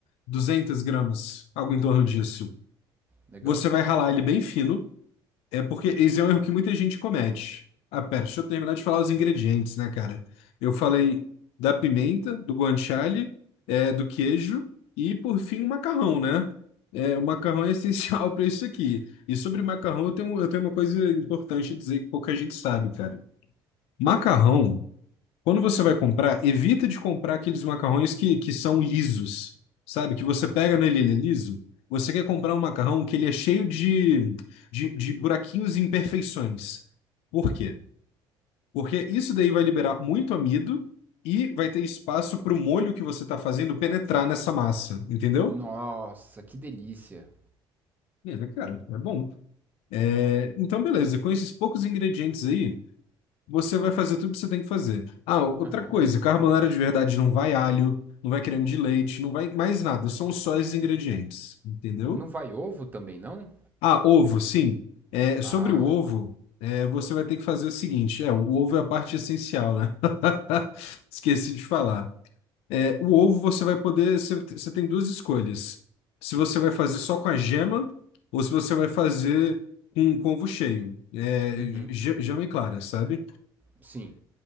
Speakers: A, on the left; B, on the right.
A: 200 gramas, algo em torno disso.
B: Legal.
A: Você vai ralar ele bem fino, é porque esse é um erro que muita gente comete. Ah, pera, deixa eu terminar de falar os ingredientes, né, cara? Eu falei da pimenta, do guanciale, é, do queijo e, por fim, o macarrão, né? É, o macarrão é essencial <laughs> para isso aqui. E sobre macarrão, eu tenho, eu tenho uma coisa importante a dizer que pouca gente sabe, cara. Macarrão. Quando você vai comprar, evita de comprar aqueles macarrões que, que são lisos, sabe? Que você
B: Aham.
A: pega nele, ele é liso. Você quer comprar um macarrão que ele é cheio de, de, de buraquinhos e imperfeições. Por quê? Porque isso daí vai liberar muito amido e vai ter espaço para o molho que você está fazendo penetrar nessa massa, entendeu?
B: Nossa, que delícia.
A: É, cara, é bom. É, então, beleza, com esses poucos ingredientes aí. Você vai fazer tudo que você tem que fazer. Ah, outra
B: Aham.
A: coisa, carbonara de verdade não vai alho, não vai creme de leite, não vai mais nada, são só os ingredientes, entendeu?
B: Não vai ovo também, não?
A: Ah, ovo, sim. É,
B: Ah,
A: sobre o ovo,
B: tá.
A: é, você vai ter que fazer o seguinte, é, o ovo é a parte essencial, né? <laughs> Esqueci de falar. É, o ovo você vai poder, você, você tem duas escolhas. Se você vai fazer só com a gema ou se você vai fazer com, com ovo cheio, é,
B: Uhum.
A: ge- gema e clara, sabe?
B: Sim.